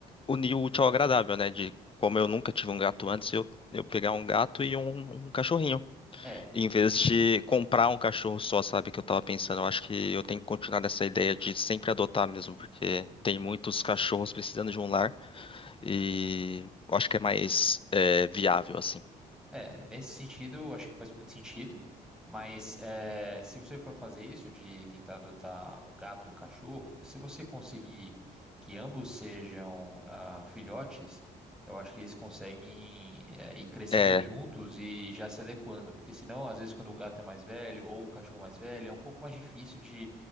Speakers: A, on the left (about 25°); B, in the centre.
A: unir o útil ao agradável, né? De como eu nunca tive um gato antes, eu, eu pegar um gato e um, um cachorrinho.
B: É,
A: Em vez de comprar um cachorro só, sabe? Que eu tava pensando. Eu acho que eu tenho que continuar nessa ideia de sempre adotar mesmo, porque tem muitos cachorros precisando de um lar. E eu acho que é mais é, viável, assim.
B: É, nesse sentido, acho que faz muito sentido, mas é, se você for fazer isso de tentar adotar um gato e um cachorro, se você conseguir que ambos sejam ah, filhotes, eu acho que eles conseguem é, ir crescendo
A: É,
B: juntos e já se adequando, porque senão, às vezes, quando o gato é mais velho ou o cachorro é mais velho, é um pouco mais difícil de